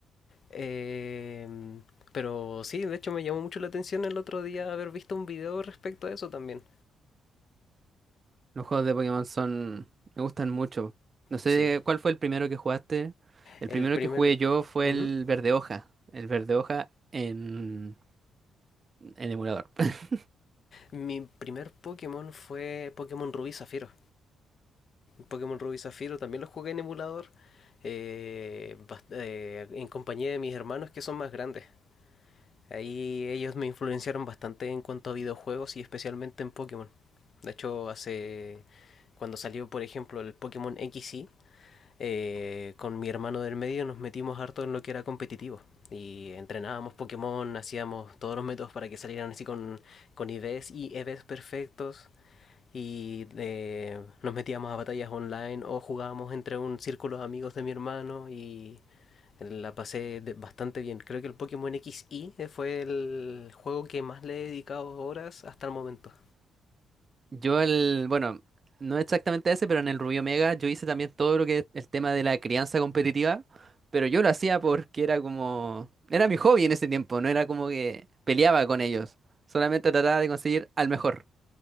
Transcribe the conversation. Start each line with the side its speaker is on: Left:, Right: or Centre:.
Left: Em, pero sí, de hecho me llamó mucho la atención el otro día haber visto un video respecto a eso también.
Right: Los juegos de Pokémon son... me gustan mucho. No sé
Left: Sí,
Right: cuál fue el primero que jugaste. El
Left: el
Right: primero
Left: primer...
Right: que jugué yo fue
Left: Ujú.
Right: el Verde Hoja. El Verde Hoja en, en emulador. <laughs>
Left: Mi primer Pokémon fue Pokémon Rubí Zafiro. Pokémon Rubí Zafiro también lo jugué en emulador, eh, bast- eh, en compañía de mis hermanos que son más grandes. Ahí ellos me influenciaron bastante en cuanto a videojuegos y especialmente en Pokémon. De hecho, hace cuando salió, por ejemplo, el Pokémon XY, eh, con mi hermano del medio nos metimos harto en lo que era competitivo. Y entrenábamos Pokémon, hacíamos todos los métodos para que salieran así con, con IVs y EVs perfectos y eh, nos metíamos a batallas online o jugábamos entre un círculo de amigos de mi hermano y la pasé de- bastante bien. Creo que el Pokémon equis I fue el juego que más le he dedicado horas hasta el momento.
Right: Yo el... Bueno, no exactamente ese, pero en el Rubio Omega yo hice también todo lo que es el tema de la crianza competitiva. Pero yo lo hacía porque era como... Era mi hobby en ese tiempo, no era como que peleaba con ellos. Solamente trataba de conseguir al mejor.